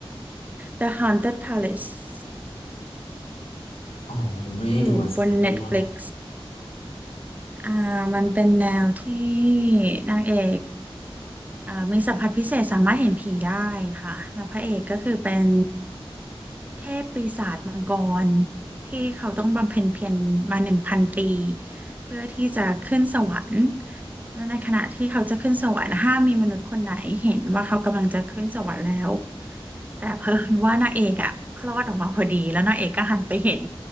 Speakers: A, on the right; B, on the left.
A: The Haunted Palace
B: อ๋อผมไม่ได้ดูอะมันเป็นแนวไหน
A: อยู่บน Netflix อ่ามันเป็นแนวที่นางเอกอ่ามีสัมผัสพิเศษสามารถเห็นผีได้ค่ะแล้วพระเอกก็คือเป็นเทพปีศาจมังกรที่เขาต้องบำเพ็ญเพียรมาหนึ่งพันปีเพื่อที่จะขึ้นสวรรค์และในขณะที่เขาจะขึ้นสวรรค์ห้ามมีมนุษย์คนไหนเห็นว่าเขากำลังจะขึ้นสวรรค์แล้วแต่เพอ่นว่านางเอกอ่ะคลอดออกมาพอดีแล้วนางเอกก็หันไปเห็น